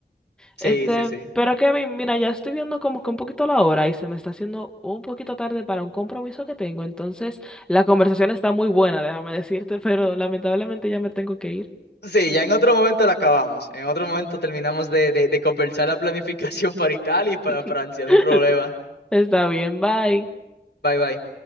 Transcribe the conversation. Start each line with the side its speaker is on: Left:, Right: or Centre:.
Left: Sí,
Centre: Este,
Left: sí, sí.
Centre: pero Kevin, mira, ya estoy viendo como que un poquito la hora y se me está haciendo un poquito tarde para un compromiso que tengo. Entonces, la conversación está muy buena, déjame decirte, <laughs> pero lamentablemente ya me tengo que ir.
Left: Sí, ya en otro momento la acabamos. En otro momento terminamos de, de, de conversar la planificación para Italia y para
Centre: <laughs>
Left: Francia. No hay problema.
Centre: Está bien, bye.
Left: Bye bye.